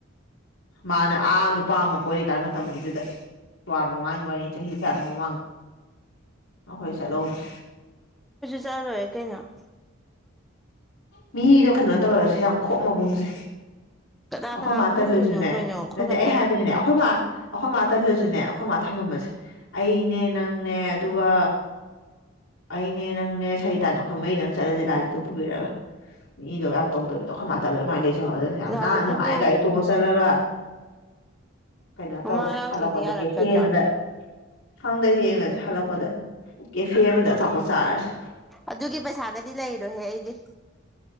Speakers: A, on the left; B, in the centre.
A: ꯃꯥꯅꯦ ꯑꯅꯨꯄꯥꯃ ꯀꯣꯔꯤ ꯀꯥꯏ ꯃꯇꯝꯒꯤꯗꯨꯗ ꯋꯥ꯭ꯔ ꯃꯃꯥꯡꯒꯤ ꯋꯥ ꯆꯍꯤ ꯇꯥꯔ ꯃꯃꯥꯡꯗ ꯑꯩꯈꯣꯏ ꯆꯠꯍꯗ꯭ꯔꯦ
B: ꯆꯠꯂꯔꯣꯏꯔꯦ ꯀꯩꯅꯣ
A: ꯃꯤꯗꯣ ꯀꯩꯅꯣ ꯇꯧꯔꯁꯨ ꯌꯥꯝ ꯈꯣꯛꯃꯒꯨꯝꯁꯦ
B: ꯀꯅꯥ
A: ꯑꯩꯈꯣꯏ
B: ꯀꯅꯥꯕꯨ
A: ꯃꯥ ꯇꯜꯂꯨꯁꯨꯅꯦ
B: ꯈꯣꯝꯗꯣꯏꯅꯣ ꯀꯩꯅꯣ ꯑꯩꯈꯣꯏ
A: ꯅꯠꯇꯦ
B: ꯈꯛꯇꯅꯤ
A: ꯑꯩ ꯍꯥꯏꯕꯗꯨꯅꯦ ꯑꯩꯈꯣꯏ ꯃꯥ ꯑꯩꯈꯣꯏ ꯃꯥ ꯇꯜꯂꯁꯨꯅꯦ ꯑꯩꯈꯣꯏ ꯃꯥ ꯊꯝꯃꯝꯕꯁꯦ ꯑꯩꯅꯦ ꯅꯪꯅꯦ ꯑꯗꯨꯒ ꯑꯩꯅꯦ ꯅꯪꯅꯦ ꯁꯍꯤ ꯇꯥꯟꯗ ꯑꯩꯈꯣꯏ ꯃꯔꯤꯗꯪ ꯆꯠꯂꯁꯦ ꯂꯥꯏꯁꯤꯗ ꯄꯨꯕꯤꯔꯒ ꯏꯗꯣ ꯌꯥꯝ ꯇꯧꯗꯕꯤꯗꯣꯈꯣꯏ ꯃꯥ ꯇꯥ ꯂꯩꯂꯦ ꯃꯥꯏ ꯂꯩꯖꯩ ꯍꯣꯏ
B: ꯂꯥꯏꯁꯦ
A: ꯅ
B: ꯑꯗꯨꯕꯨ
A: ꯅꯨꯡꯉꯥꯏꯒꯔꯤ ꯊꯣꯡꯉ ꯆꯠꯂꯒ ꯀꯩꯅꯣ
B: ꯃꯃꯥ
A: ꯇꯧꯁꯦ
B: ꯌꯥꯎꯗ꯭ꯔꯗꯤ
A: ꯍꯜꯂꯛꯄꯗ
B: ꯌꯥꯔꯛꯀꯗ꯭ꯔꯣ
A: ꯀꯦꯊꯦꯝ ꯑꯃꯗ ꯈꯪꯗꯦ ꯌꯦꯡꯉꯁꯤ ꯍꯜꯂꯛꯄꯗ ꯀꯦꯐꯦ ꯑꯃꯗ ꯑꯆꯥꯄꯠ ꯆꯥꯔꯁꯤꯦ
B: ꯑꯗꯨꯒꯤ ꯄꯩꯁꯥꯒꯗꯤ ꯂꯩꯔꯣꯏꯍꯦ ꯑꯩꯗꯤ